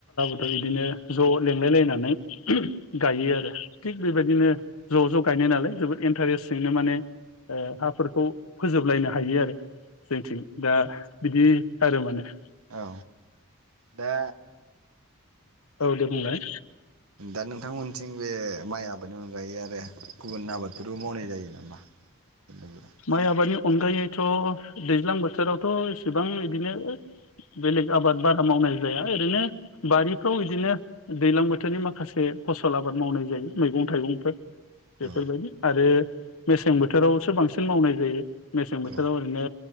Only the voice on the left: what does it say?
दल इदिनो ज' लेंलाय लायनानै <unintelligible> गायो आरो थिग बेबायदिनो ज' ज' गायनाय नालाय जोबोद इन्टारेस जोंनो माने ओ हाफोरखौ फोजोबलायनो हायो आरो। जोंथिं दा बिदि आरो माने <inaudible>
औ दे बुंलाय
माइ आबादनि अनगायैथ' दैज्लां बोथोरावथ' एसेबां इदिनो बेलेग आबाद बारा मावनाय जाया ओरैनो बारिफ्राव बिदिनो दैज्लां बोथोरनि माखासे फसल आबाद मावनाय जायो मैगं थाइगंफोर बेफोरबायदि
आरो मेसें बोथोरावसो बांसि सिन मावनाय जायो मेसें बोथोराव
ओरैनो